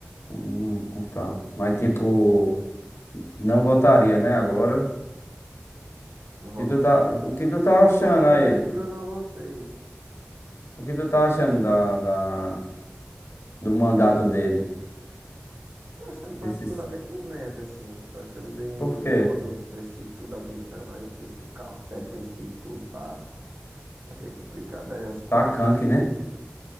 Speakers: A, on the left; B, on the right.
A: Hum, ah, tá. Mas tipo, não votaria, né, agora? O
B: Não, vot...
A: que tu tá,
B: não,
A: o que tu tá achando
B: não votaria
A: aí?
B: porque eu não votei.
A: O que tu tá achando da, da- do
B: De
A: mandato
B: quê?
A: dele?
B: Tô achando
A: Desses...
B: particularmente uma merda, assim. Estou achando bem
A: Por quê?
B: foda os preços de tudo aumentando aí. O preço do café, preço de tudo, tá... Tá meio complicado aí as coisas.
A: Tá canque, né?